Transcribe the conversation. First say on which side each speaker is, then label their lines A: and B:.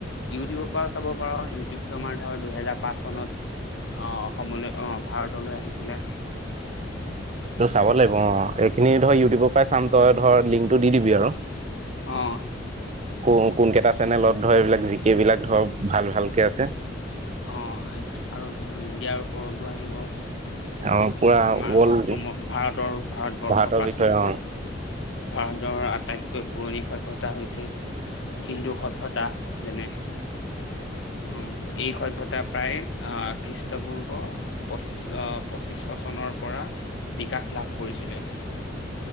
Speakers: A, on the left; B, on the right.
A: ইউটিউবৰ পৰা চাব পাৰো ইউটিউবতো আমাৰ ধৰ দুহেজাৰ পাঁচ চনত অহ অসমলৈ অহ ভাৰতলৈ আহিছিলে।
B: তটো চাব লাগিব অ এইখিনি ধৰ ইউটিউবৰ পৰাই চাম তই ধৰ লিংকটো দি দিবি আৰু।
A: অ।
B: ক কোন কেইটা চেনেলত ধৰ এইবিলাক জিকেই জিবিলাক ধৰ ভাল ভালকে আছে।
A: অ', আৰু ধৰ ইণ্ডিয়াৰ ওপৰতো আহিব।
B: অ পুৰা
A: আমাৰ
B: ৱৰ্ল্ড
A: অসমৰ ভাৰতৰ ভাৰতবৰ্ষৰ
B: ভাৰতৰ
A: প্ৰাচীন
B: বিষয়ে
A: ভাৰত
B: অ
A: ভাৰতৰ আটাইতকৈ পুৰণি সভ্যতা হৈছে। হিন্দু সভ্যয়তা যেনে উ এই সভ্যয়তা প্ৰায় আহ খ্ৰীষ্টপূৰ্ব পচ পঁচিশশ চনৰ পৰা বিকাশ লাভ কৰিছিলে